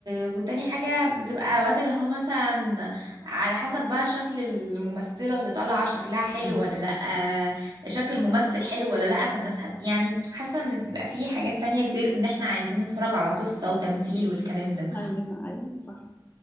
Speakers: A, on the right (about 65°); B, on the left (about 25°).
A: وتاني حاجة بتبقى اوقات اللي هو مثلا على حسب بقى شكل الممثلة اللي طالعة شكلها حلو
B: نعم.
A: ولا لأ شكل الممثل حلو ولا لأ فالناس هت... يعني حاسة ان بيبقى في حاجات تانية غير ان احنا عايزين نتفرج على قصة وتمثيل والكلام ده
B: ايوه ايوه صح